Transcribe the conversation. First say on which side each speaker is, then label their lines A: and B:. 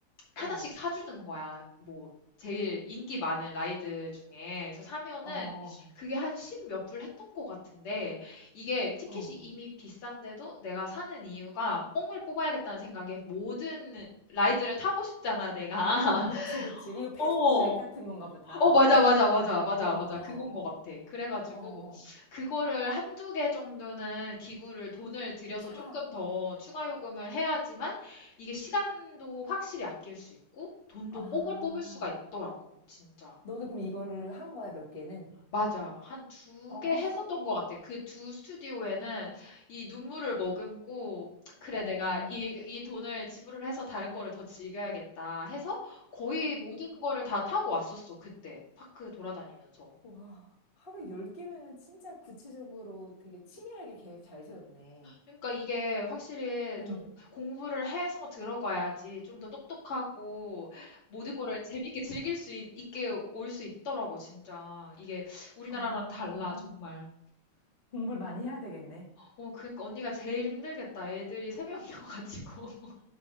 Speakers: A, on the left; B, on the left.
A: 하나씩
B: 어.
A: 사주는 거야. 뭐 제일 인기 많은 라이드 중에. 그래서 사면은
B: 어.
A: 그게 한 십몇불 했던 것 같은데 이게 티켓이
B: 어.
A: 이미 비싼데도 내가 사는 이유가 뽕을 뽑아야겠다는 생각에 모든 라이드를 타고 싶잖아, 내가. <laughs>
B: 그치, 그치. 이거 패스트리
A: 어.
B: 같은 건가 보다.
A: 어, 맞아, 맞아, 맞아, 맞아,
B: 어, 어,
A: 맞아. 그건 것 같아. 그래가지고,
B: 어. 어.
A: 그거를 한두 개 정도는 기구를 돈을 들여서
B: 사.
A: 조금 더 추가 요금을 해야지만, 이게 시간도 확실히 아낄 수 있고, 돈도
B: 아.
A: 뽕을 뽑을 수가 있더라고, 진짜.
B: 너도 그럼 이거를 한 거야, 몇 개는?
A: 맞아. 한 두
B: 어,
A: 개 했었던 것 같아. 그 두 스튜디오에는 이 눈물을 머금고, 그래,
B: 어.
A: 내가 이, 이 돈을 지불을 해서 다른 거를 더 즐겨야겠다 해서 거의 모든 거를 다 타고 왔었어, 그때. 파크 돌아다니면서.
B: 와. 하루 열 개면은 진짜 구체적으로 되게 치밀하게 계획 잘 세웠네.
A: 그러니까 이게 확실히
B: 응.
A: 좀 공부를 해서 들어가야지 좀 더 똑똑하고 모든 거를 재밌게 즐길 수 있, 게 올 수 있더라고, 진짜. 이게 우리나라랑
B: 아.
A: 달라, 정말.
B: 공부를 많이 해야 되겠네.
A: 어, 그러니까 언니가 제일 힘들겠다. 애들이 세 명이어가지고. <laughs>